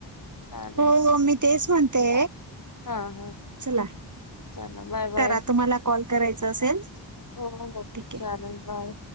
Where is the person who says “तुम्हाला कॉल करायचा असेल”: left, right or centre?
Right